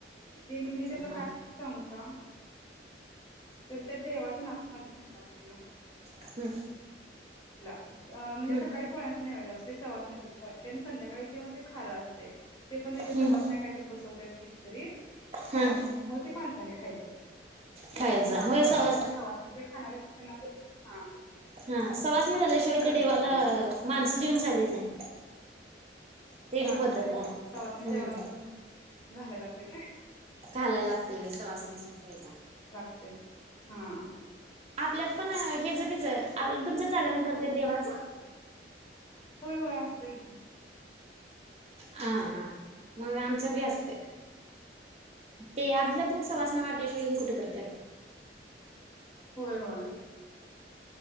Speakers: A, on the left; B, on the right.
A: ते म्हणजे त्याला
B: हा
A: काय सांगू का, तर त्या देवाचं नाव माहि ध्यानात तेना
B: हम्म
A: अ म्हणजे
B: हम्म
A: सकाळी पोळ्यांचा नैवेद्या असतो. ते सवासनी असत्यात पोळ्याच्या आणि संध्याकाळी ते मग ते खारा असत ते पण त्याच्या
B: हम्म
A: सवासण्या काहीतरी बसवतात, कितीतरी
B: हा
A: आणि मग ते माणसाने खायच,
B: खायचा
A: पाच-सात
B: होय सवास
A: त्याच्या सवासन्या जे खाणारे. त्यांना पण हा.
B: हा सवासन्या झाल्याशिवाय
A: करतात
B: ते देवाला
A: मग
B: माणसं जेवन चालत नाही. त्याची
A: चालत
B: पद्धत
A: नाही.
B: आहे
A: हा सवासणी जेवण
B: हम्म
A: घालाय लागतय हा
B: घालायला लागते व सवासण्यासून
A: हा
B: पहिला
A: लाग. काय हा.
B: आपल्यात पण हेच बीज तुमच्यात जागरण करत्यात देवाचं.
A: होय होय असतंय की.
B: हा हा मग आमच्यात बी असतय, ते आपल्या तु सवाासना वाढल्याशिवाय हे कुठे करतात.
A: होय होय.